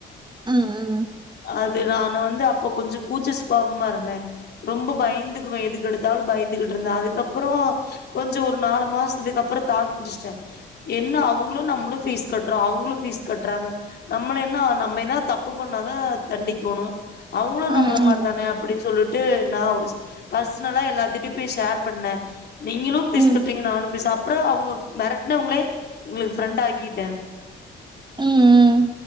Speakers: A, on the right (about 20°); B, on the left (about 55°).
A: ம் ம்
B: அது நானு வந்து அப்ப கொஞ்சோ கூச்ச சுபாவமா இருந்தே ரொம்ப பயந்துக்குவே எதுக்யெடுத்தாலு பயந்துகிட்டு இருந்தே அதுக்கப்பறோ கொஞ்சோ ஒரு நாலு மாசத்துக்கு அப்றோ தாக்கு புடிச்சிட்டே என்ன அவுங்களு நம்மளு ஃபீஸ் கட்றோ அவுங்களு ஃபீஸ் கட்றாங்க நம்மள என்ன நம்ம என்னா தப்பு பண்ணாதா தண்டிக்கணு அவுங்களு
A: ம்
B: நம்மள மாரிதானே
A: ம்
B: அப்டின்னு சொல்லிட்டு நா பர்சனலா எல்லாத்திட்டியு போய் ஷேர் பண்ணே நீங்களு ப்பீஸ்
A: ம்
B: கட்றீங்க நானு ப்பீஸ் அப்றோ அவுங்க மிரட்னவங்களே எங்களுக்கு ஃப்ரெண்ட் ஆக்கிட்டே
A: ம் ம்